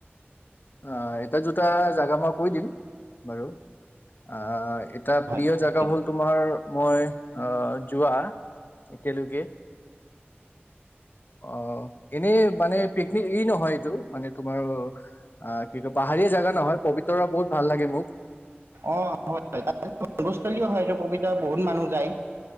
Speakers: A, on the left; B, on the right.
A: অ এটা দুটা জাগা মই কৈ দিম বাৰু, আ এটা প্ৰিয়
B: হয় ঠিকেই
A: জেগা হ'ল তোমাৰ মই, অহ যোৱা এতিয়ালৈকে, অহ এনে মানে পিকনিক ই নহয় এইটো মানে তোমাৰ অহ কি কয় পাহাৰীয়া জেগা নহয়, পবিতৰা বহুত ভাল লাগে মোক।
B: অ হয় ভস্থলী হয় এইটো কবিতা বহুত মানুহ যায়,